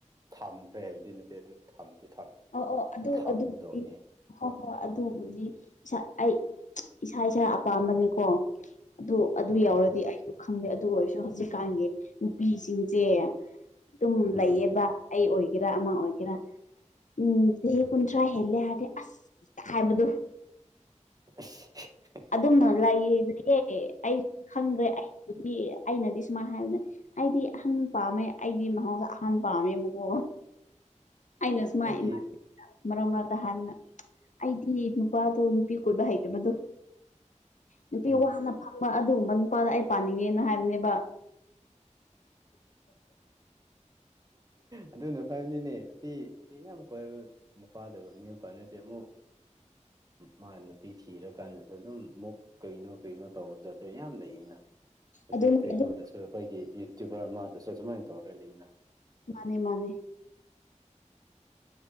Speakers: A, on the right; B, on the left.
A: ꯊꯝꯈ꯭ꯔꯦ ꯍꯥꯏꯕꯗꯤ ꯅꯠꯇꯦ ꯑꯗꯨ ꯊꯝꯗꯦ
B: ꯑ ꯑꯣ ꯑꯗꯨ
A: ꯊꯝꯒꯗꯧꯅꯤ
B: ꯑꯗꯨ ꯍꯣꯏ ꯑꯗꯨꯕꯨꯗꯤ ꯏꯁꯥ ꯑꯩ ꯏꯁꯥ ꯏꯁꯥ ꯑꯄꯥꯝꯕꯅꯦꯀꯣ ꯑꯗꯨ ꯑꯗꯨ
A: ꯎꯝ
B: ꯌꯥꯎꯔꯗꯤ ꯑꯩꯁꯨ ꯈꯪꯗꯦ ꯑꯗꯨ ꯑꯣꯏꯔꯁꯨ ꯍꯧꯖꯤꯛꯀꯥꯟꯒꯤ ꯅꯨꯄꯤꯁꯤꯡꯁꯦ ꯑꯗꯨꯝ ꯂꯩꯌꯦꯕ
A: ꯎꯝ
B: ꯑꯩ ꯑꯣꯏꯒꯦꯔꯥ ꯑꯃ ꯑꯣꯏꯒꯦꯔꯥ ꯎꯝ ꯆꯍꯤ ꯀꯨꯟꯊ꯭ꯔꯥ ꯍꯦꯜꯂꯦ ꯍꯥꯏꯔꯗꯤ ꯑꯁ ꯍꯥꯏꯕꯗꯣ
A: ꯑꯁ
B: ꯑꯗꯨꯝꯅ ꯂꯩꯌꯦ ꯂꯩꯌꯦ ꯑꯩꯁꯨ ꯈꯪꯗ꯭ꯔꯦ ꯑꯩꯕꯨꯗꯤ ꯑꯩꯅꯗꯤ ꯁꯨꯃꯥꯏ ꯍꯥꯏꯕꯗ ꯑꯩꯗꯤ ꯑꯍꯟ ꯄꯥꯝꯃꯦ ꯑꯩꯗꯤ ꯃꯍꯥꯎꯁ ꯑꯍꯟ ꯄꯥꯝꯃꯦ ꯑꯃꯨꯀꯣ ꯑꯩꯅꯁ ꯃꯥꯥꯏ
A: ꯑꯩꯒꯤ
B: ꯃꯥ ꯃꯔꯛ ꯃꯔꯗ ꯍꯥꯟꯅ ꯑꯩꯗꯤ ꯅꯨꯄꯥꯗꯣ ꯅꯨꯄꯤ ꯀꯣꯏꯕ ꯍꯩꯇꯕꯗꯨ ꯅꯨꯄꯤ
A: ꯎꯝ
B: ꯋꯥꯅ ꯐꯪꯕ ꯑꯗꯨꯒꯨꯝꯕ ꯅꯨꯄꯥꯗ ꯑꯩ ꯄꯥꯅꯤꯡꯉꯦꯅ ꯍꯥꯏꯕꯅꯦꯕ
A: ꯑꯗꯨꯅ ꯐꯕꯅꯤꯅꯦ ꯌꯥꯝ ꯀꯣꯏꯏꯕ ꯅꯨꯄꯥꯥꯗꯕ ꯃꯤ ꯑꯃꯄꯥꯂꯠꯇꯗꯤ ꯑꯃꯨꯛ ꯃꯥ ꯅꯨꯄꯤ ꯊꯤꯔꯀꯥꯟꯗꯁꯨ ꯑꯗꯨꯝ ꯑꯃꯨꯛ ꯀꯩꯅꯣ ꯀꯩꯅꯣ ꯇꯧꯔꯖꯥꯠ꯭ꯔꯦ ꯌꯥꯝ ꯂꯩꯅ ꯍꯧꯖꯤꯛ
B: ꯑꯗꯨꯅꯤ
A: ꯀꯩꯅꯣꯗꯁꯨ
B: ꯑꯗꯨꯝ
A: ꯑꯩꯈꯣꯏꯒꯤ ꯌꯨꯇ꯭ꯌꯨꯕꯔ ꯑꯃꯗꯁꯨ ꯑꯗꯨꯁꯨꯃꯥꯏꯅ ꯇꯧꯔꯒꯦ ꯂꯩꯅ
B: ꯃꯥꯅꯦ ꯃꯥꯅꯦ